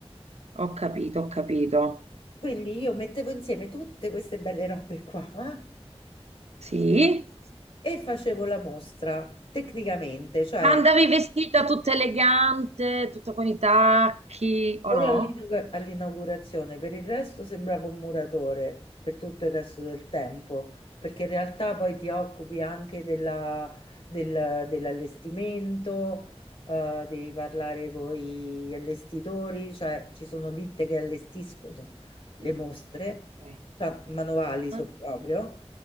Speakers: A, on the right; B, on the left.
A: ho capito, ho capito.
B: Quindi io mettevo insieme tutte queste belle robe qua
A: Sì?
B: eh, e facevo la mostra tecnicamente, cioè
A: Ma andavi vestita tutta elegante, tutta con i tacchi, o
B: Solo
A: no?
B: all'inaug- all'inaugurazione, per il resto sembrava un muratore per tutto il resto del tempo, perché in realtà poi ti occupi anche della- del- dell'allestimento, eh, devi parlare con gli allestitori, cioè ci sono ditte che allestiscono le mostre,
A: Ok.
B: cioè manuali so
A: Eh?
B: proprio,